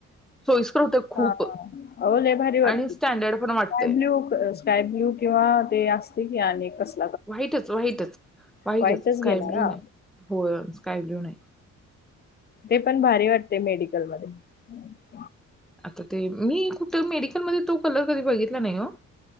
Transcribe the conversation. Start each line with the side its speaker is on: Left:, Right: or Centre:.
Centre: सोयीस्कर होतंय खूप
Left: हा आओ लय भारी वाटते
Centre: आणि स्टँडर्ड
Left: स्काय
Centre: पण वाटतंय
Left: ब्ल्यू स्काय ब्ल्यू किंवा ते असतय कि आणि कसल
Centre: व्हाइटच व्हाइटच व्हाइटच
Left: व्हाईटच
Centre: स्काय
Left: घेणार
Centre: ब्ल्यू
Left: हा
Centre: नाही हो स्काय नाही
Left: ते पण भारी वाटते मेडिकल मध्यें
Centre: आता ते मी कुठे मेडी तो कलर कधी बघितला नाही हो